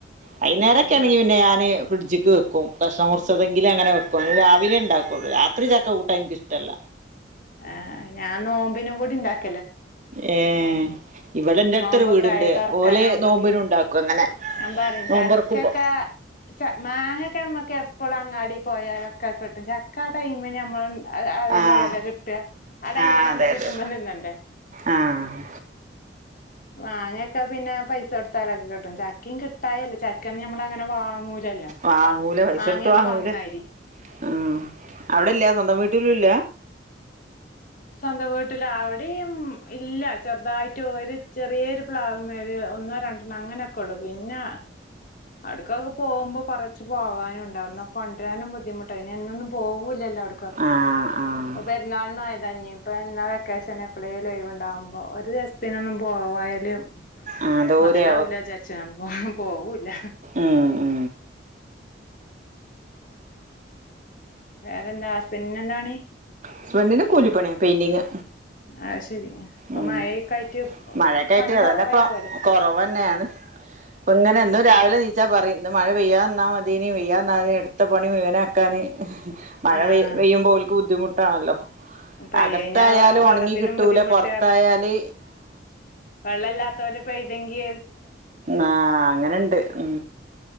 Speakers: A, on the right; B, on the left.
A: വൈന്നേരൊക്കെയ
B: വൈകുന്നേരം
A: ആണെങ്കി പിന്നെ ഞാന് ഫ്രിഡ്ജിക്ക് വെക്കും കഷ്ണമുറിച്ചതെങ്കിലും അങ്ങനെ വെക്കും അ രാവിലെ ഉണ്ടാക്കുകുള്ളൂ രാത്രി ചക്ക കൂട്ടാ എനിക്ക ഇഷ്ടല്ല
B: ആഹ് ഞാൻ നോമ്പിനും കൂടി ഉണ്ടാക്ക
A: ഏ ഇവിടെ എന്റെ അടുത്തൊ
B: നോമ്പൊക്കെ
A: ഒരു വീടുണ്ട്
B: ആയ തൊറക്കാനാവുമ്പളേക്കിന്
A: ഓലെ നോമ്പിനും ഉണ്ടാക്കും അങ്ങനെ
B: ഞാൻ പറയും
A: നോമ്പൊറക്കുമ്പോ
B: ചക്കൊക്കെ ച മാങ്ങൊക്കെ അമ്മക്ക് എപ്പള്ള അങ്ങാടി പോയാലൊക്കെ കിട്ടും ചക്ക ആ ടൈമിന് നമ്മള് അതിനുള്ളല്ലാം
A: ആഹ്
B: കിട്ട ആ ടൈമിന്
A: ആഹ്
B: തന്നെ
A: അതെ
B: കിട്ടുമ്പോ
A: അതെ
B: നിന്നണ്ടേ
A: ആഹ്
B: വാങ്ങൊക്കെ പിന്നെ പൈസ കൊടുത്താലൊക്കെ കിട്ടും ചക്കയും കിട്ടായല്ല ചക്കയൊന്നും ഞമ്മളങ്ങനെ വാങ്ങൂലല്ലോ
A: വാങ്ങൂല പൈസടുത്ത്
B: മാങ്ങയൊന്നും
A: വാങ്ങൂല
B: വാങ്ങണായിരി
A: ഉ അവിടെല്ല സ്വന്തം വീട്ടിലല്ല
B: സ്വന്തം വീട്ടില അവിടെയും ഇല്ല ചെറുതായിട്ട് ചെറിയരു പ്ലാവമാേര് ഒന്നോ രണ്ടെണ്ണം അങ്ങനെയൊക്കെ ഉള്ളു പിന്നെ അടുക്കൊക്കെ പോകുമ്പോ കുറച്ച് പോകാനുംണ്ട് അന്നൊ കൊണ്ടുവരാനും ബുദ്ധിമുട്ട് ഇനി എന്നൊന്നും പോകൂല്ലല്ലോ ടുക്കക്കെ
A: ആഹ് ആഹ്
B: അപ്പൊ പെരുന്നാളിന് പോ താ വന്ന വെക്കേഷന് ഇപ്പൊളെലും ഒഴിവുണ്ടാകുമ്പോ ഒര് പിന്ന ഒന്നും പോായാലും
A: ആഹ് ദൂരെ
B: മുതലാവൂല ആചാരിച്ചാണ് പോ പോവുല്ല
A: ഉ ഉ
B: വേറെന്താ ഹസ്ബന്റിന എന്താണി
A: ഹസ്ബന്റ്റിന് കൂലിപ്പണിയ പെയിന്റിങാ
B: അത് ശരി ഇപ്പൊ
A: ഉം
B: മഴയൊക്കെ ആയിട്ട്
A: മഴെക്കയിട്ട്
B: പണി കൊറവാവോലോ
A: അതന്നെപ്പൊ കൊറവ്ന്നെയാണ് ഇപ്പങ്ങനെ
B: ഉം
A: എന്നും രാവിലെണീച്ചാ പറയും ഇന്ന് മഴ പെയ്യാത് ന്നാമതീനി പെയ്യാത് നാതീന്ന് എടുത്ത പണി മുയുവനാക്കാന് മഴ
B: ആഹ്
A: പെയ് പെയ്യുമ്പോ ഓൽക്ക് ബുദ്ധിമുട്ട് ട്ടാണ്ല്ലൊ
B: പയ്യഞ്ഞാ
A: അകത്തായാലും
B: വെള്ളത്തിനും
A: ഉണങ്ങി കിട്ടൂല
B: ബുദ്ധിമുട്ട്
A: പുറത്ത് ത്തായാല്
B: വെള്ളല്ലാത്തവര് പയ്തെങ്കി
A: ആ അങ്ങനെണ്ട് ഉം